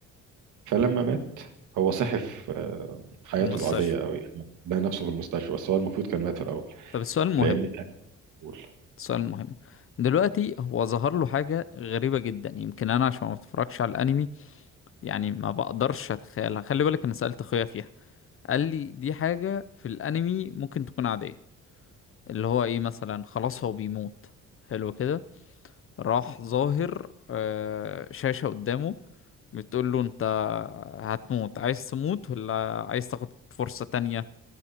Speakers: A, on the right; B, on the left.
A: فلما مات هو صحي في آه، حياته
B: في المستشفى
A: العادية أوي يعني لقى نفسه في المستشفى بس هو المفروض كان مات في الأول
B: طب السؤال المهم
A: لأن كان أول
B: السؤال المهم دلوقتي هو ظهر له حاجة غريبة جدا يمكن أنا عشان ما بتفرجش على الأنمي يعني ما بقدرش اتخيلها خلي بالك انا سألت اخويا فيها قال لي دي حاجة في الانمي ممكن تكون عادية اللي هو ايه مثلا خلاص هو بيموت حلو كده راح ظاهر آه، شاشة قدامه بتقول له انت هتموت عايز تموت ولا عايز تاخد فرصة تانية